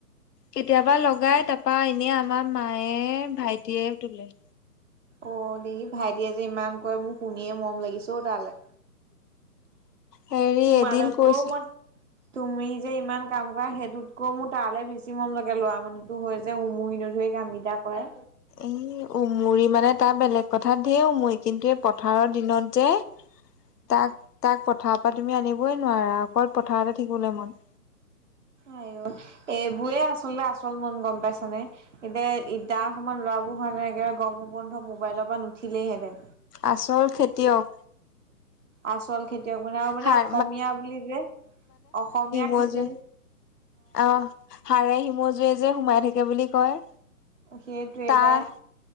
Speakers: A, on the left; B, on the right.
A: কেতিয়াবা লগাই তাৰাপা এনে আমাৰ মায়ে ভাইটিয়ে তোলে
B: অ দেহি ভাইটিয়ে যে ইমান কৰে মোৰ শুনিয়ে মৰম লাগিছে অ তালে
A: হেৰি
B: তোমাৰ
A: এদিন
B: লগত
A: কৈছিল
B: কৈ মই তুমি যে ইমান কাম কৰা সেইটোতকৈও মোৰ তালৈ বেছি মন লাগে ল'ৰা মানুহটো হৈ যে উমুৰি নধৰি কাম কেইটা কৰে
A: এই উমুৰি মানে তাৰ বেলেগ কথাত ঢেৰ উমৰি কিন্তু এই পথাৰৰ দিনত যে তাক তাক পথাৰৰ পৰা তুমি আনিব ক'বই নোৱাৰা অকল পথাৰতে থাকিবলৈ মন।
B: আইঅ এইবোৰে আচলতে আচল মন গম পাইছানে। এতিয়া তাৰ সমান ল'ৰাবোৰ হোৱা হেতেন এনেকে গৰমৰ বন্ধত মোবাইলৰ পৰা নুঠিলেই হেঁতেন
A: আচল খেতিয়ক
B: আচল খেতিয়ক মানে আৰু মানে
A: সাৰ
B: অসমীয়া বুলি যে অসমীয়া
A: হয়
B: খেতিয়ক
A: যে অ' হাড়ে হিমজুৱে যে সোমাই থাকে বুলি কয়।
B: সেইটোৱে
A: তাৰ
B: পাই